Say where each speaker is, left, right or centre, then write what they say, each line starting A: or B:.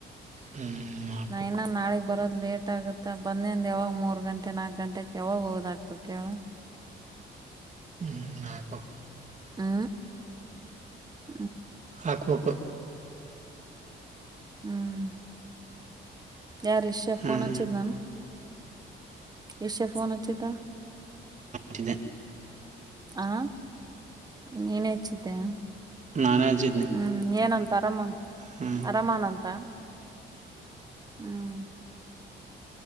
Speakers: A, on the right; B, on the right.
A: ಹ್ಮ್ ಹಾಕ್ಬೇಕು
B: ಇನ್ನ ನಾಳೆಗ್ ಬರ ಲೇಟ್ ಆಗುತ್ತಾ ಬಂದಿಂದ ಯಾವಾಗ ಮೂರ್ ಗಂಟೆ ನಾಕ್ ಗಂಟೆಕ್ ಯಾವಾಗ ಓಗ್ದಾಕ್ಬೇಕ್ ಹೇಳು.
A: ಹ್ಮ್ ಹಾಕೊ
B: ಊ ಮ್
A: ಹಾಕ್ಬಕು.
B: ಹ್ಮ್ ಯಾರ್ ಇಶ್ಯ
A: ಹ್ಮ್
B: ಫೋನ್ ಹಚ್ಚಿದ್ನನು ಇಶ್ಯ ಫೋನ್ ಹಚ್ಚಿದ್ದ.
A: ತಿದ್ನೆ
B: ಹ ನೀನೆ ಹಚ್ಚಿದ್ಯ
A: ನಾನೇ ಹಚ್ಚಿದ್ನೆ
B: ಹ್ಮ್ ಏನನ್ ಪರಮ
A: ಹ್ಮ್
B: ಅರಮಾಣಂತ ಹ್ಮ್.